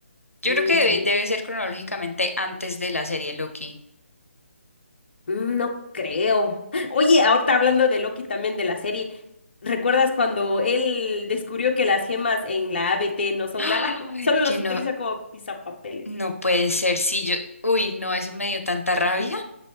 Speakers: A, on the left (about 85°); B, on the left (about 50°).
A: Yo
B: Mm,
A: creo que debe,
B: sí.
A: debe ser cronológicamente antes de la serie Loki.
B: Mm, No creo. Oye, ahorita hablando de Loki también de la serie, ¿recuerdas cuando él descubrió que las gemas en la ABT no son
A: <gasps> Ay,
B: nada? <laughs> Solo
A: que
B: las
A: no,
B: utiliza como pisapapeles.
A: no puede ser, sí, yo, uy, no, eso me dio tanta rabia,